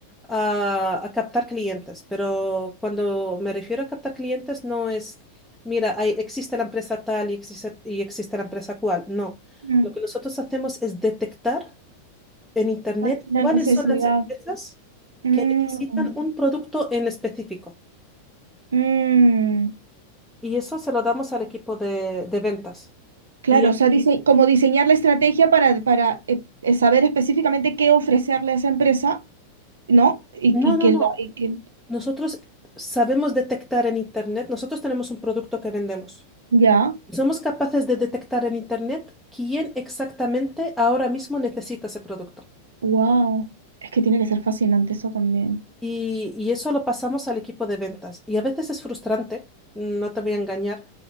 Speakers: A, in the centre; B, on the right.
A: a, a captar clientes, pero cuando me refiero a captar clientes no es, mira, hay- existe la empresa tal y existe, y existe la empresa cual. No,
B: Mm,
A: lo que nosotros hacemos es detectar en Internet
B: la la
A: cuáles
B: necesidad.
A: son las empresas
B: Mm,
A: que necesitan un producto en específico.
B: mm.
A: Y eso se lo damos al equipo de, de ventas.
B: Claro,
A: Y
B: o sea, dice, como diseñar la estrategia para, para eh, eh, saber específicamente qué ofrecerle a esa empresa ¿no? Y,
A: no,
B: y
A: no,
B: que
A: no.
B: la, y que
A: Nosotros sabemos detectar en Internet, nosotros tenemos un producto que vendemos.
B: ya,
A: y Somos capaces de detectar en Internet quién exactamente ahora mismo necesita ese producto.
B: wow. Es que tiene que ser fascinante eso también.
A: Y, y eso lo pasamos al equipo de ventas. Y a veces es frustrante, no te voy a engañar,